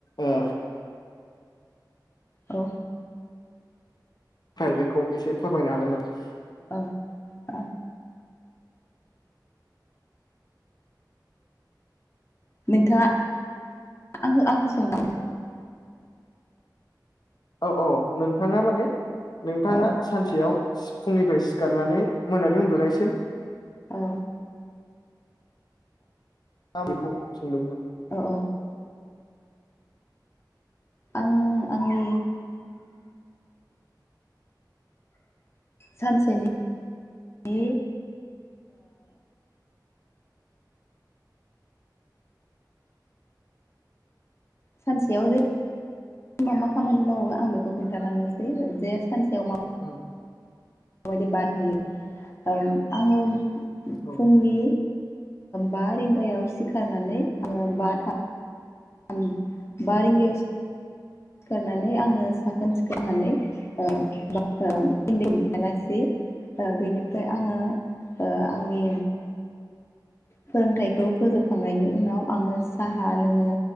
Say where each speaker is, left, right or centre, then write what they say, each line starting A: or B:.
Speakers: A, on the left; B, on the left.
A: ओ
B: औ
A: फाइल बेखौ एसे फोरमायनो हागोन नामा?
B: औ अ नोंथाङा आंखो आंखो होन्नानै
A: औ औ नोंथाङा माने नोंथाङा
B: औ
A: सानसेयाव सि फुंनिफ्राय सिखारनानै मोनानि उनदुनायसिम
B: औ
A: आं बेखौ सोंदोंमोन आं।
B: औ औ आं आंनि सानसेनि ओ सानसेयाव जे मा मा खामानि मावो आं बेखौ खोनथालांनोसै जे सानसेयाव
A: ओम
B: बादि बार होयो ओम आङो
A: औ
B: फुंनि बा रिंगायाव सिखारनानै आङो बा थाम बा रिंगायाव सिखारनानै आङो साखोन-सिखोन होननानै ओ इणडयान आलासि बेनिफ्राय आङो ओ आंनि फोरोंथाइखौ फोजोबखांनायनि उनाव आङो साहा लोङो।